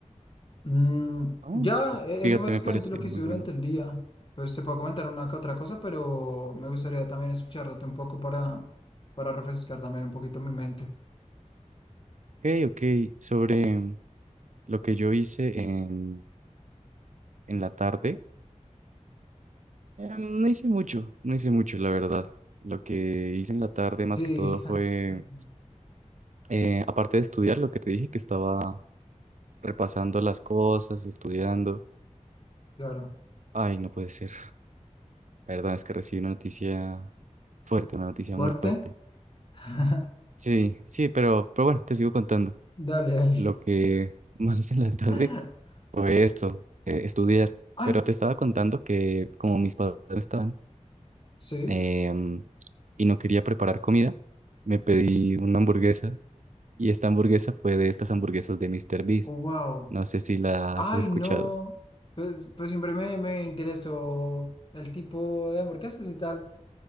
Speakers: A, on the left (about 40°); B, on the right (about 70°).
A: Mm,
B: Ah,
A: ya,
B: pues,
A: e-
B: fíjate,
A: eso fue básicamente
B: me parece
A: lo que
B: muy
A: hice durante
B: bueno.
A: el día. Pues te puedo comentar una que otra cosa, pero me gustaría también escucharte un poco para, para refrescar también un poquito mi mente.
B: Ok, ok. Sobre mm, lo que yo hice en, en la tarde, em, no hice mucho, no hice mucho, la verdad. Lo que hice en la tarde más
A: Sí,
B: que todo
A: <laughs>
B: fue, eh, aparte de estudiar, lo que te dije que estaba repasando las cosas, estudiando.
A: claro.
B: Ay, no puede ser. Perdón, es que recibí una noticia fuerte, una noticia
A: ¿Fuerte?
B: muy fuerte.
A: <laughs>
B: Sí, sí, pero, pero bueno, te sigo contando.
A: Dale, dale.
B: Lo que <laughs> más hice en la tarde
A: <laughs>
B: fue esto, eh, estudiar.
A: Ay,
B: Pero te estaba contando que como mis padres no estaban
A: sí.
B: em, y no quería preparar comida, me pedí una hamburguesa y esta hamburguesa fue de estas hamburguesas de Mr. Beast.
A: Wow.
B: No sé si las
A: Ay,
B: has escuchado.
A: no. Pues, pues siempre me, me interesó el tipo de hamburguesas y tal.